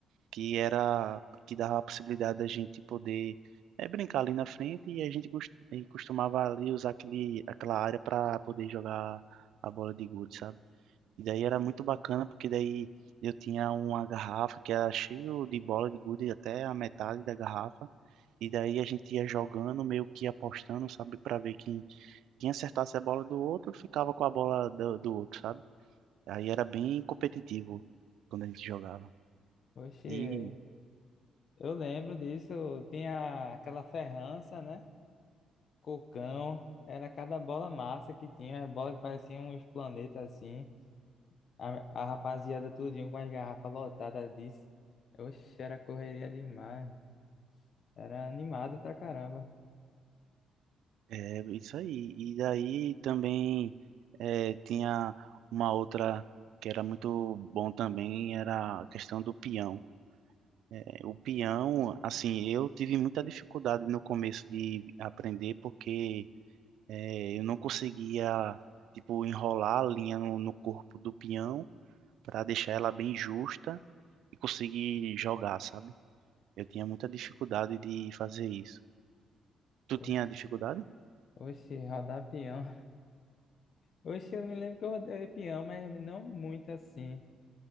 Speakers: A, on the right (about 80°); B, on the left (about 55°).
A: que era que dava a possibilidade da gente poder eh, brincar ali na frente e a gente cos- e costumava ali usar aquele, aquela área para poder jogar a bola de gude, sabe? E daí era muito bacana porque daí eu tinha uma garrafa que era cheia de bola de gude até a metade da garrafa. E daí a gente ia jogando, meio que apostando, sabe, para ver quem, quem acertasse a bola do outro ficava com a bola do, do outro, sabe? Aí era bem competitivo quando a gente jogava.
B: <laughs> Oxe,
A: E
B: eu lembro disso, tinha aquela ferrança, né? Cocão, era cada bola massa que tinha, as bolas que pareciam uns planetas assim. A, a rapaziada tudinho com as garrafas lotadas disso. Oxe, era correria demais. Era animado pra caramba.
A: É isso aí. E daí também eh, tinha uma outra que era muito bom também, era a questão do peão. Eh, o peão, assim, eu tive muita dificuldade no começo de aprender porque eh, eu não conseguia, tipo, enrolar a linha no, no corpo do peão para deixar ela bem justa e conseguir jogar, sabe? Eu tinha muita dificuldade de fazer isso. Tu tinha
B: Oxe.
A: dificuldade?
B: Oxi, rodar peão. Oxi, eu me lembro que eu rodei peão, mas não muito assim.